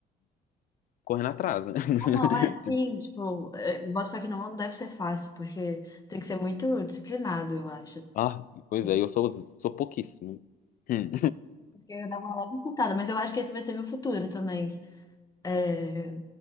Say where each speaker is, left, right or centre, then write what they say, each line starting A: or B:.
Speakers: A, on the left; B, on the left.
A: correndo atrás, né? <laughs>
B: Ah, não, é sim,
A: Tipo,
B: tipo, é, boto fé que não deve ser fácil, porque você tem que ser muito disciplinado, eu acho.
A: ah, pois
B: Sim.
A: é, eu sou, sou pouquíssimo. Hum.
B: Acho que eu ia dar uma leve surtada, mas eu acho que esse vai ser meu futuro também. é,